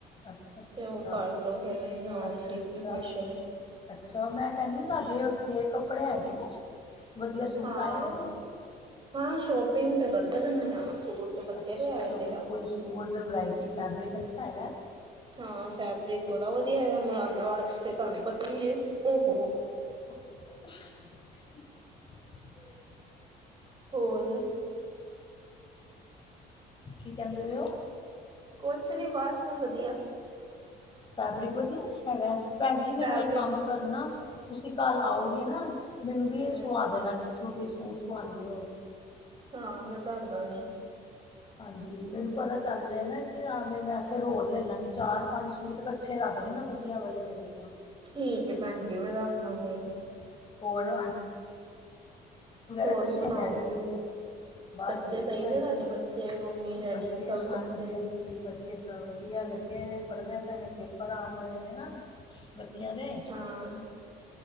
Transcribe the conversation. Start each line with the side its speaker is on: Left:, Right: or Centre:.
Left: ਅੱਛਾ, ਅੱਛਾ,
Right: ਤੇ ਉਹ ਕਰਲੋ ਫਿਰ ਇਗਜ਼ਾਮ
Left: ਅੱਛਾ।
Right: ਦੀ ਪ੍ਰਪਰੇਸ਼ਨ
Left: ਅੱਛਾ ਮੈਂ ਕਹਿੰਦੀ ਸੀ ਸਾਡੇ ਉੱਥੇ ਕੱਪੜੇ ਹੈਗੇ ਨੇ, ਵਧੀਆ ਸੂਟ
Right: ਹਾਂ।
Left: ਆਏਦੇ ਨੇ
Right: ਹਾਂ ਸ਼ੋਪਿੰਗ ਤੇ ਕਰਦੇ ਰਹਿੰਦੇ ਹਾਂ ਸੂਟ ਤੇ ਬਥੇਰੇ
Left: ਅੱਛਾ,
Right: ਆਏਦੇ
Left: ਅੱਛਾ
Right: ਆ।
Left: ਕੋਈ ਸੂਟ ਵਰਾਇਟੀ ਫੈਬਰਿਕ ਅੱਛਾ ਹੈਗਾ।
Right: ਹਾਂ ਫੈਬਰਿਕ ਬੜਾ ਵਧੀਆ ਹੈਗਾ ਮੁਰਾਦਾਬਾਦ ਤੇ ਤੁਹਾਨੂੰ ਪਤਾ ਹੀ ਜੇ ਉਹ
Left: <inaudible>
Right: ਹੋਰ,
Left: ਕੀ ਕਹਿੰਦੇ ਪ ਉਹ,
Right: ਕੁਛ ਨੀ ਬਸ ਵਧੀਆ
Left: ਫੈਬਰਿਕ ਵਧੀਆ ਹੈਗਾ ਭੈਣ ਜੀ ਮੈਨੂੰ
Right: ਫੈਬਰਿਕ
Left: ਇੱਕ ਕੰਮ ਕਰਨਾ ਤੁਸੀਂ ਕੱਲ ਆਓਗੇ ਨਾ ਮੈਨੂੰ ਵੀ
Right: ਹੂੰ
Left: ਇਹ ਸਵਾ ਦੇਣਾ ਜਿੱਥੋਂ ਤੁਸੀਂ ਸੂਟ ਸਵਾਉਂਦੇ ਹੋ।
Right: ਹਾਂ ਮੈਂ ਦੱਸਦਾ ਗੀ,
Left: ਹਾਂਜੀ ਮੈਨੂੰ ਪਤਾ ਚੱਲ ਰਿਹਾ ਨਾ ਕਿ ਆਵੇ ਮੈਂ ਫਿਰ ਹੋਰ ਲੈ ਲਾਂਗੀ ਚਾਰ ਪੰਜ ਸੂਟ ਇਕੱਠੇ ਰੱਖ। ਆ ਗਏ ਨਾ ਵਧੀਆ ਵਾਲੇ ਮੇਰੇ ਕੋਲ
Right: ਠੀਕ ਹੈ ਭੈਣ ਜੀ ਮੈਂ ਰੱਖ ਲਾਂਗੀ।
Left: ਹਾਂ, ਹੋਰ ਆ ਵਗੈਰਾ
Right: ਹੋਰ
Left: ਠੀਕ
Right: ਸੁਣਾਓ
Left: ਨਾ ਡੈਡੀ ਬਸ
Right: ਬੱਚੇ
Left: ਵਧੀਆ
Right: ਸਹੀ
Left: ਭੈਣ
Right: ਨੇ ਤੁਹਾਡੇ
Left: ਜੀ
Right: ਬੱਚੇ ਮੰਮੀ ਡੈਡੀ
Left: ਬੱਚੇ
Right: ਸਭ
Left: ਹਾਂਜੀ
Right: ਬੱਚੇ
Left: ਹਾਂਜੀ ਬੱਚੇ ਸਭ ਵਧੀਆ ਲੱਗੇ ਨੇ ਪੜ੍ਹਦੇ ਪਏ ਨੇ ਪੇਪਰ ਆਉਣ ਵਾਲੇ ਨੇ ਨਾ ਬੱਚਿਆਂ ਦੇ
Right: ਹਾਂ